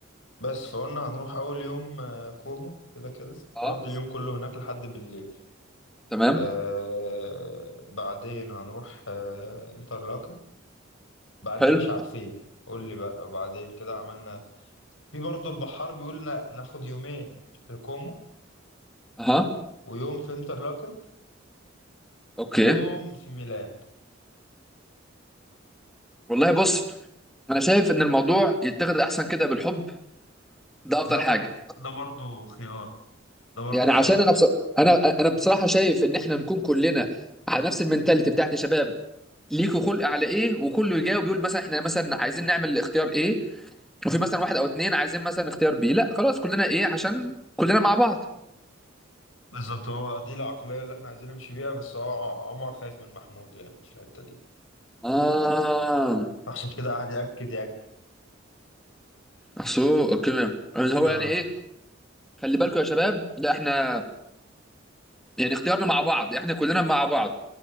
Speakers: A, on the left; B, in the centre.
A: بس فقلنا هنروح أول يوم آه، كومو كده كده
B: اه
A: نقضي اليوم كله هناك لحد بالليل
B: تمام
A: آه بعدين هنروح آه انترلاكن بعدين
B: حلو
A: مش عارفين قول لي بقى وبعدين كده عملنا في برضه البحار بيقول نا- ناخد يومين في كومو
B: اها
A: ويوم في انترلاكن
B: اوكي
A: ويوم في ميلان
B: والله بص انا شايف ان الموضوع يتاخد احسن كده بالحب ده افضل
A: ده
B: حاجه
A: برضه ده برضه خيار ده برضه
B: يعني عشان
A: خيار
B: انا بص... انا انا بصراحه شايف ان احنا نكون كلنا على نفس المنتاليتي بتاعت يا شباب ليكوا خلق على ايه وكله يجاوب يقول مثلا احنا مثلا عايزين نعمل اختيار ايه وفي مثلا واحد او اتنين عايزين مثلا اختيار بي لا خلاص كلنا ايه عشان كلنا مع بعض
A: بالظبط هو دي العقلية اللي احنا عايزين نمشي بيها بس هو عمر خايف من محمود يعني في الحتة دي
B: اه
A: عشان كده قاعد يأكد
B: احسو اوكي يعني هو
A: يأكد
B: يعني ايه خلي بالكم يا شباب لا احنا يعني اختيارنا مع بعض احنا كلنا مع بعض